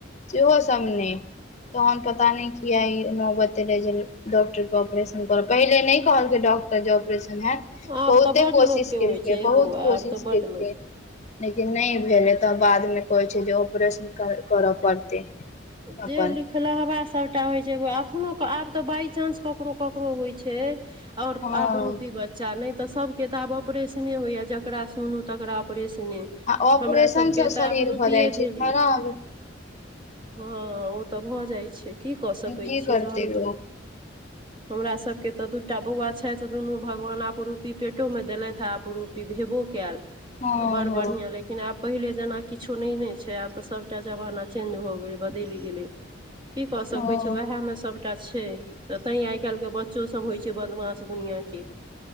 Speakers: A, on the left; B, on the right.
A: सेहो सभ नै तहन पता नहि किया ई न बते रहे जे डॉक्टर के ऑपरेशन कर पहिले नहि कहलक डक् डॉक्टर जो ऑपरेशन होयत
B: आब
A: बहुते
B: तऽ बड्ड
A: कोशिश
B: लोकके
A: केलकै
B: होइ छै
A: बहुत
B: बौआ
A: कोशिश
B: आब तऽ बड्ड
A: केलकै
B: लोक
A: लेकिन नहि भेलै तऽ बादमे कहै छै जे ऑपरेशन करय पड़तै
B: जे
A: अपन
B: लिख ल हबा सभटा होइ छै एखनो क आब तऽ बाइचान्स ककरो ककरो होइ छै ओर
A: हँ
B: आपरूपी बच्चा नै तऽ सबके तऽ आब ऑपरेशने होइया जकरा सुनु तकरा ऑपरेश न
A: आ ऑपरेशन
B: हमरा सबके
A: सँ शरीर
B: तऽ आपरूपए
A: भऽ जाइ छै
B: भेल
A: खराब
B: य हँ ओ तऽ भऽ जाइ छै की कऽ सकै
A: की
B: छियै
A: करतै
B: जहन भ
A: लोक
B: हमरासभके तऽ दूटा बौआ छै त दुनू भगवान आपरूपी पेटोमे देलथि आ आपरूपी भेबो कायल तऽ
A: हँ
B: बड़
A: हँ
B: बढ़िआँ लेकिन आब पहिले जेना किछो नहि ने छै आब तऽ सभटा जमाना चेंज भऽ बदइल गेले कि क सकै
A: हँ
B: छै वेहा मे स एकटा छै तऽ तैँ आइ काल्हिके बच्चोसभ होइ छै बदमाश दुनिआँके